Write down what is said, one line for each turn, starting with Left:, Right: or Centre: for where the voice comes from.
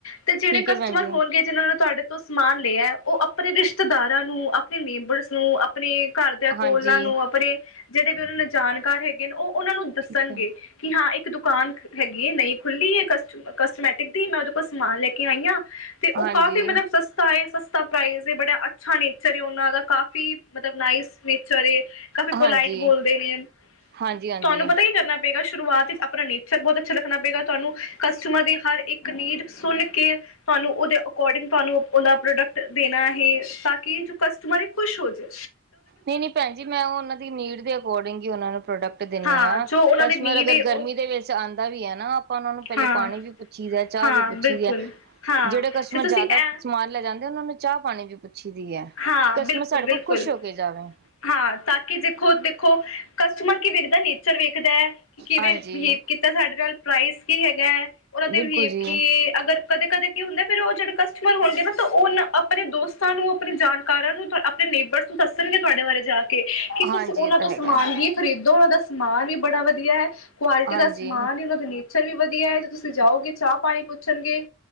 Left: ਤੇ ਜੇੜੇ
Right: ਠੀਕ ਹੈ
Left: ਕਸਟਮਰ
Right: ਭੈਣ ਜੀ
Left: ਹੋਨਗੇ ਜਿਨ੍ਹਾਂ ਨੇ ਤੁਹਾਡੇ ਤੋਂ ਸਮਾਨ ਲਿਆ ੳ ਆਪਨੇ ਰਿਸ਼ਤੇਦਾਰਾਂ ਨੂੰ ਆਪਨੇ ਨੇਬਰਸ ਨੂੰ ਅਪ ਪਨੇ ਘਾਰਦਿਆਂ ਕੋਲਾਂ
Right: ਹਾਂਜੀ
Left: ਨੂੰ ਆਪਨੇ ਜੇੜੇ ਵੀ ਉਨਾਂ ਨੂੰ ਜਾਨਕਾਰ ਏ ੳ ਉਨਾਂ ਨੂੰ ਦੱਸਨਗੇ
Right: ਠੀਕ ਹੈ
Left: ਕਿ ਹਾਂ ਏਕ ਦੁਕਾਨ ਹੈਗੀ ਏ ਨਈ ਖੁੱਲੀ ਏ ਕਸਟ ਕਸਟਮੈਟਿਕ ਦੀ ਮੈਂ ਉਦੇ ਕੋਲ ਸਮਾਨ ਲੈ ਕੇ ਆਈਆਂ ਤੇ
Right: ਹਾਂਜੀ
Left: ੳ ਕਾਫੀ ਮਤਲਬ ਸਸਤਾ ਏ, ਸਸਤਾ ਪ੍ਰਾਈਜ਼ ਏ ਬੜਾ ਅ ਅੱਛਾ ਨੇਚਰ ਉਨਾਂ ਦਾ ਕਾਫੀ ਮਤਲਬ ਨਾਈਸ ਨੇਚਰ ਏ, ਕਾਫੀ
Right: ਹਾਂਜੀ
Left: ਪੋਲਾਈਟ ਬੋਲਦੇ ਨੇ।
Right: ਹਾਂਜੀ ਹਾਂਜੀ
Left: ਤੁਹਾਨੂੰ ਪਤਾ ਕੀ ਕਰਨਾ ਪਏਗਾ ਸ਼ੁਰੂਆਤ ਵਿੱਚ ਆਪਣਾ ਨੇਚਰ ਬਹੁਤ ਅੱਛਾ ਰੱਖਣਾ ਪਏਗਾ ਤੁਹਾਨੂੰ ਕਸਟਮਰ ਦੀ ਹਰ ਏਕ ਕ ਨੀਡ ਸੁਨ ਕੇ ਤੁਹਾਨੂੰ ਉਦੇ ਅਕੋਡਿੰਗ ਤੁਆਨੂੰ ਉਦਾ ਪ੍ਰੋਡਕਟ ਦੇਣਾ ਹੀ, ਤਾਂ ਕਿ ਜੋ ਕਸਟਮਰ ਏ ਖੁਸ਼ ਹੋ ਜੇ।
Right: ਨਈ-ਨਈ ਭੈਣ ਜੀ ਮੈਂ ਉਨਾਂ ਦੀ ਨੀਡ ਦੇ ਅਕੋਰਡਿੰਗ ਈ ਉਨਾਂ ਨੂੰ ਪ੍ਰੋਡਕਟ ਦਿੰਨੀ
Left: ਹਾਂ
Right: ਆਂ,
Left: ਜੋ ਉਹਨਾਂ
Right: ਕਸਟਮਰ
Left: ਦੀ ਨੀਡ
Right: ਅਗਰ
Left: ਏ ਉਹ
Right: ਗਰਮੀ ਦੇ ਵਿੱਚ ਆਂਦਾ ਵੀ ਏ ਨਾ ਤਾਂ ਉਨਾਂ ਨੂੰ ਪੈਲੇ
Left: ਹਾਂ
Right: ਪਾਨੀ ਵੀ ਪੁੱਛੀ ਦਾ ਚਾ
Left: ਹਾਂ
Right: ਵੀ ਪੁੱਛੀ
Left: ਬਿਲਕੁਲ
Right: ਵੇ।
Left: ਹਾਂ
Right: ਜੇੜੇ ਕਸਟਮਰ
Left: ਤੇ ਤੁਸੀਂ
Right: ਜ਼ਾਦਾ
Left: ਐ
Right: ਸਮਾਨ ਲੈ ਜਾਂਦੇ ਆ ਉਨਾਂ ਨੂੰ ਚਾ ਪਾਣੀ ਵੀ ਪੁੱਛੀ ਦੀ ਐ,
Left: ਹਾਂ
Right: ਕਸਟਮਰ
Left: ਬਿਲਕੁਲ
Right: ਸਾਡੇ ਕੋਲ
Left: ਬਿਲਕੁਲ
Right: ਖੁਸ਼ ਹੋ ਕੇ ਜਾਵੇ।
Left: ਹਾਂ ਤਾਂ ਕਿ ਦੇਖੋ-ਦੇਖੋ ਕਸਟਮਰ ਕੀ ਵੇਖਦਾ ਨੇਚਰ ਵੇਖਦਾ ਐ। ਕਿ ਕਿਵੇਂ
Right: ਹਾਂਜੀ
Left: ਬਿਹੇਵ ਕੀਤਾ ਸਾਡੇ ਨਾਲ ਪ੍ਰਾਈਜ਼ ਕੀ ਹੈਗਾ, ਉਨਾਂ ਦੇ
Right: ਬਿਲਕੁਲ
Left: ਬਿਹੇਵ
Right: ਜੀ।
Left: ਕੀ ਏ ਅਗਰ ਕਦੇ-ਕਦੇ ਕੀ ਹੁੰਦਾ ਫੇਰ ੳ ਜੇੜੇ ਕਸਟਮਰ ਹੋਨਗੇ ਨਾ ਤਾਂ ੳ ਆਪਨੇ ਦੋਸਤ ਲੋਕਾ ਨੂੰ ਆਪਣੇ ਜਾਣਕਾਰਾਂ ਨੂੰ, ਆਪਣੇ ਨੇਬਰਸ ਨੂੰ ਦੱਸਣਗੇ ਤੁਹਾਡੇ ਬਾਰੇ ਜਾ ਕੇ ਕਿ
Right: ਹਾਂਜੀ
Left: ਤੁਸੀਂ ਉਨਾਂ
Right: ਇਹ ਤਾਂ
Left: ਤੋਂ
Right: ਹੈਗਾ
Left: ਸਮਾਨ ਵੀ ਖ਼ਰੀਦੋ ਉਨਾਂ ਦਾ ਸਮਾਨ ਵੀ ਬੜਾ ਵਧੀਆ ਐ, ਕੁਆਲਿਟੀ
Right: ਹਾਂਜੀ-ਹਾਂਜੀ
Left: ਦਾ ਸਮਾਨ ਏ ਉਨਾਂ ਤੇ ਵੀ ਵਧੀਆ ਐ ਜੇ ਤੁਸੀ ਜਾਓਗੇ ਚਾ ਪਾਨੀ ਪੁੱਛਨਗੇ